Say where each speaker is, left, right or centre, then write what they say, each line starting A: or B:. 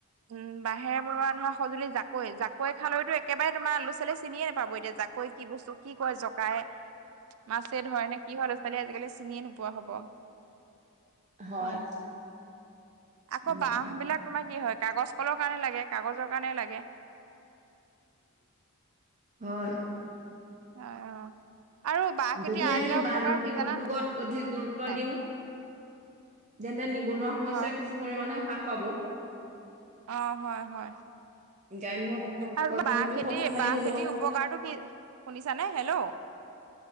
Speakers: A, on the right; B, on the right.
A: উম বাঁহেৰে বনোৱা ধৰা সঁজুলি জাকৈ, জাক কৈ খালৈতো একেবাৰে তোমাৰ ল'ৰা, ছোৱালীয়ে চিনিয়ে নাপাব। এতিয়া জাকৈ কি বস্তু কি কয় জকাই মাছে ধৰে নে কি হয় ল'ৰা ছোৱালীয়ে আজিকালি চিনিয়ে নোপোৱা হ'ব।
B: হয়
A: অ, আকৌ
B: উম
A: বাঁহ বিলাক। তোমাৰ কি হয়, কাগজ কলৰ কাৰণে লাগে। কাগজৰ কাৰণে লাগে।
B: হয়।
A: অ অ আৰু বাঁহ খেতিৰ
B: যদি
A: আন
B: আমি
A: এটা উপকাৰ
B: বাঁহ ভিত্তিক
A: কি জানা
B: উদ্যোগত অধিক গুৰুত্ব
A: নাই
B: দিও তেন্তে নিবনুৱা সমস্যা
A: হয়
B: কিছু পৰিমণে হ্ৰাস পাব।
A: অ, হয় হয়।
B: গ্ৰাম্য অ-
A: আৰু
B: অৰ্থনীতিও
A: তোমাৰ বাঁহ খেতি,
B: শক্তিশালী
A: বাঁহ
B: হব
A: খেতিৰ উপকাৰটো কি শুনিছানে হেলৌ।